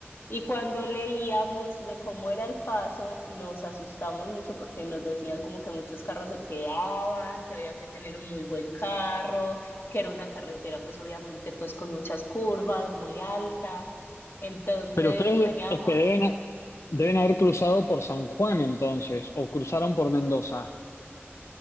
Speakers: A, on the left; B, on the left.
A: Y cuando leíamos de cómo era el paso, nos asustamos mucho porque nos decían como que muchos carros se quedaban, que había que tener un muy buen carro, que era una carretera pues obviamente pues con muchas curvas, muy alta. Entonces
B: Pero ustedes
A: teníamos
B: es que deben, deben haber cruzado por San Juan entonces, o cruzaron por Mendoza.